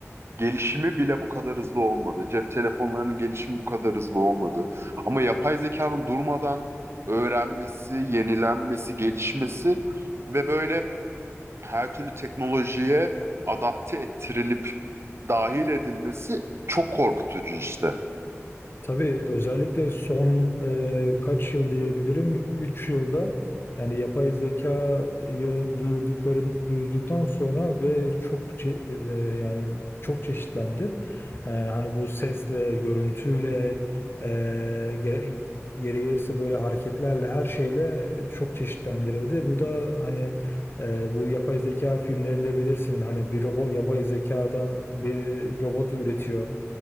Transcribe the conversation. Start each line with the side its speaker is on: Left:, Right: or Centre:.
Right: gelişimi bile bu kadar hızlı olmadı. Cep telefonlarının gelişimi bu kadar hızlı olmadı. Ama yapay zekanın durmadan öğrenmesi, yenilenmesi, gelişmesi ve böyle her türlü teknolojiye adapte ettirilip dahil edilmesi çok korkutucu işte.
Left: Tabii özellikle son e, kaç yıl diyebilirim 3 yılda yani yapay zekayı duyurdukların duyurduktan sonra ve çok çe- e, yani çok çeşitlendi. E, hani bu sesle, görüntüyle e, gere- yeri gelirse böyle hareketlerle her şeyle çok çeşitlendirildi. Bu da hani e, bu yapay zeka filmlerinde bilirsin hani bir robot yapay zekadan bir robot üretiyor